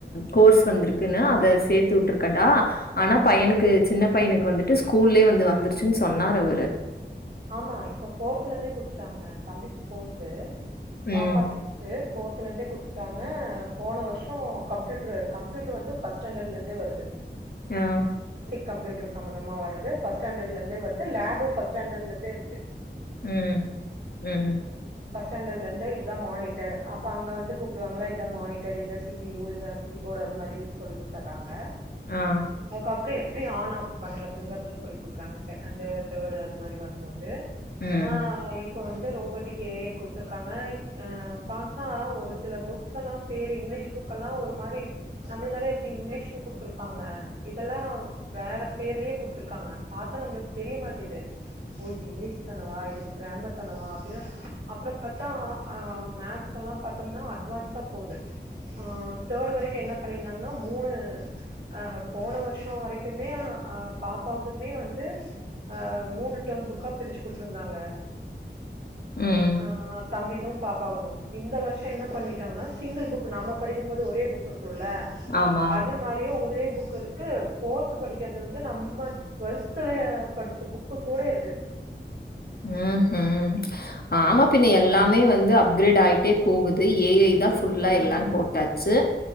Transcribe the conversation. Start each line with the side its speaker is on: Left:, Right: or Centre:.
Left: கோர்ஸ் வந்திருக்குன்னு அத சேத்து விட்ருக்கண்டா ஆனா பையனுக்கு சின்ன பையனுக்கு வந்துட்டு ஸ்கூல்லயே வந்து வந்துருச்சுன்னு சொன்னாரு அவரு
Right: ஆமா இப்ப ஃபோர்த்துல இருந்தே குடுத்துட்டாங்க தம்பிக்கு ஃபோர்த்து பாப்பா
Left: ம்
Right: சிக்ஸ்து போர்த்ல யிருந்தே குடுத்துட்டாங்க ம் போன வருஷோ கம்ப்யூட்டரு கம்ப்யூட்டர் வந்து ஃபர்ஸ்ட் ஸ்டாண்டர்ட்ல இருந்தே வருது
Left: ஆஹ்
Right: கம்யூட்ரு சம்பந்தமா வரது பஸ்டாண்டர்ல இருந்தே வருது லேப் பஸ்டாண்டர் லேருந்து தேருக்கு
Left: உம் உம்உம்
Right: ஃபர்ஸ்ட் ஸ்டாண்டர்ட்ல இருந்தே இதான் மானிட்டர் அப்போ அங்க வந்து கூப்பிடுவாங்கல்ல இதா மானிட்டர் இதா சி பி யு இதா கீபோர்டு அது மாதிரி சொல்லி குடுத்துர்றாங்க
Left: ஆ
Right: அதுக்கப்றோ <unintelligible> எப்டி ஆன் ஆஃப் பண்றதுங்கிறத சொல்லி குடுக்குறாங்க செகண்டு தேர்டு அது மாரி வரும்போது
Left: ம்
Right: து ஆஹ் அவங்க இப்ப வந்து ரோபோட்டிக் ஏ ஐ குடுத்துருக்காங்க அஹ் பாத்தா ஒரு சில புக்ஸ் எல்லா பேரு இங்கிலீஷ் புக் எல்லா ஒரு மாரி நம்மளுதெல்லா எப்டி இங்கிலீஷ்னு குடுத்துருப்பாங்க இதெல்லா வேற பேர்லயே குடுத்துருக்காங்க பாத்தா நம்மளுக்கு தெரிய மாட்டேது ஓ இது இங்கிலீஷ்தானவா இது கிராமர்தானவா அப்டின்னா அப்ற பாத்தா ஆ மேக்ஸ் எல்லா பாத்தோம்னா அட்வான்ஸா போகுது ஆ தேர்ட் வரைக்கு என்ன பண்ணிருந்தாங்கன்னா மூணு ஆஹ் போன வருஷம் வரைக்குமே ஆ பாப்பாவதுமே வந்து ஆ மூணு டெர்ம் புக்கா பிரிச்சு குடுத்துருந்தாங்க
Left: ம்.
Right: ஆஹ் தம்பிதும் பாப்பாவுதும் இந்த வருஷம் என்ன பண்ணிட்டாங்கன்னா சிங்கிள் புக் நாம படிக்கும்போது ஒரே புக் இரு க்கும்ல
Left: ஆமா.
Right: அது மாரியே ஒரே புக் க்கு இருக்கு ஃபோர்த் படிக்கிறது வந்து நம்ம டுவெல்த்துல படிச்ச புக்கு கூட இருக்கு
Left: உம் ஹும் ஆமா பின்ன எல்லாமே வந்து அப்கிரேட் ஆயிட்டே போகுது ஏஐ இதான் ஃபுல்லாக
Right: ம்
Left: எல்லான்னு போட்டாச்சு